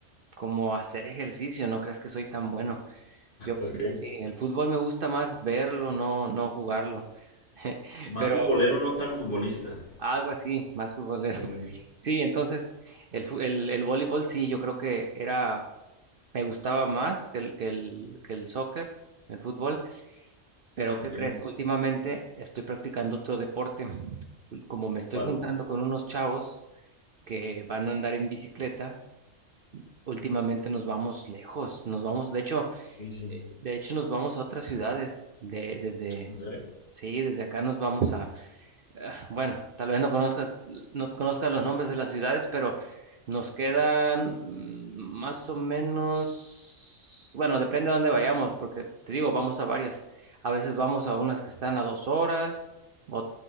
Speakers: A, on the right; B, on the left.
A: como a hacer ejercicio, ¿no crees que soy tan bueno? Yo,
B: Ok.
A: sí, el fútbol me gusta más verlo, no, no jugarlo. <laughs>
B: Más
A: Pero
B: futbolero, no tan futbolista.
A: algo así, más futbolero.
B: Sí.
A: <laughs> Sí, entonces el, fu- el, el voleibol sí, yo creo que era, me gustaba más que el, que el, que el soccer, el fútbol. Pero,
B: Ok.
A: ¿qué crees? Últimamente estoy practicando otro deporte. Como me estoy
B: ¿Cuál?
A: juntando con unos chavos que van a andar en bicicleta, últimamente nos vamos lejos. Nos vamos, de hecho,
B: Sí, sí.
A: eh, de hecho nos vamos a otras ciudades. De, desde,
B: ¿En serio?
A: sí, desde acá nos vamos a ah, bueno, tal vez no conozcas, no conozcas los nombres de las ciudades, pero nos quedan mm, más o menos, bueno, depende de dónde vayamos, porque te digo, vamos a varias. A veces vamos a unas que están a dos horas, o